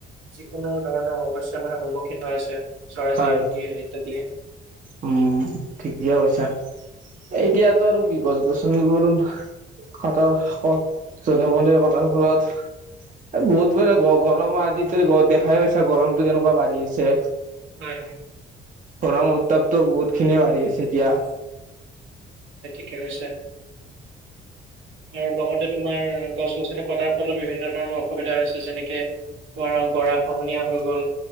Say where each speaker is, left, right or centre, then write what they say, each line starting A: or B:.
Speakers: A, on the right; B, on the right.
A: যিকোনো ধৰণৰ সমস্যাৰ মানে সন্মুখীন হৈ আছে চৰাই
B: হয়
A: চিৰি কটিয়ে ইত্যাদি
B: উম ঠিকে কৈছা। এতিয়াতটো আৰু কি গছ গছনি বোৰো কটাৰ ফলত জধে মধে কটাৰ ফলত বহুত ব গৰমৰ আদি দেখাই পাইছা গৰমতটো কেনেকুৱা বাঢ়ি আছে।
A: হয় হয়
B: গৰমৰ উত্তাপতো বহুত খিনিয়ে বাঢ়ি আছে এতিয়া
A: ঠিক আছে। আৰু লগতে তোমাৰ গছ গছনি কটাৰ ফলত বিভিন্ন ধৰণৰ অসুবিধা হৈছে যেনেকে তোমাৰ গৰা খহনীয়া হৈ গল